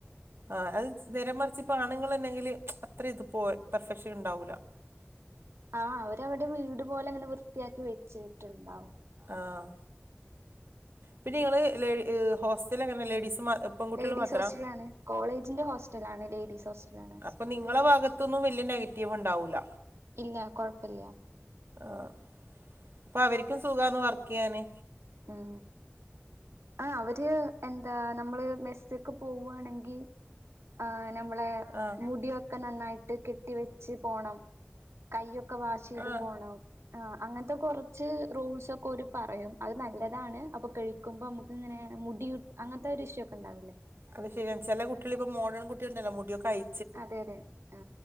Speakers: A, on the right (about 60°); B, on the right (about 85°).
A: ആ അത് നേരെ മർച്ച് ഇപ്പോ ആണുങ്ങള് ണ്ടെങ്കില് അത്ര ഇത് പോര പെർഫെക്ഷൻ ഇണ്ടാവൂല്ല
B: ആ അവര് അവിടെ വീട് പോലെ അങ്ങനെ വൃത്തിയാക്കി വെച്ചിട്ടുണ്ടാവും
A: ആഹ് പിന്നെ ങ്ങൾ ലേി ഹോസ്റ്റല അങ്ങനെ ലേഡീസ് മാ പെൺകുട്ടികൾ
B: ലേഡീസ്
A: മാത്രാ
B: ഹോസ്റ്റലാണ് കോളേജിന്റെ ഹോസ്റ്റലാണ് ലേഡീസ് ഹോസ്റ്റലാണ്
A: അപ്പൊ നിങ്ങളുടെ ഭാഗത്ത്ന്നും വലിയ നെഗറ്റീവ് ഉണ്ടാവില്ല
B: ഇല്ല കുഴപ്പല്ല
A: ആഹ് അപ്പൊ അവർക്കും സുഖാന്ന് വർക്ക് ചെയ്യാന്
B: ഉം ആ അവര് എന്താ നമ്മള് മെസ് മെസ്ക്ക് പോവാണെങ്കി ആ നമ്മളെ
A: ആഹ്
B: മുടിയൊക്കെ നന്നായിട്ട് കെട്ടി വെച്ച് പോണം കൈയ്യൊക്കെ വാഷ് ചെയ്ത്
A: ആഹ്
B: പോണം ആ അങ്ങൻത്തെ കുറച്ച് റൂൾസ് ഒക്കെ ഓര് പറയും അത് നല്ലതാണ് അപ്പൊ കഴിക്കുമ്പോ നമുക്ക് ഇങ്ങനെ മുടി അങ്ങനത്തെ ഒരു ഇഷ്യു ഒക്കെ ഉണ്ടാവൂല്ലേ
A: അത് ശരി ചില കുട്ടികള് ഇപ്പം മോഡേൺ കുട്ടികൾ ഇണ്ടല്ലോ മുടി ഒക്കെ അയി
B: അതെ അതെ ആ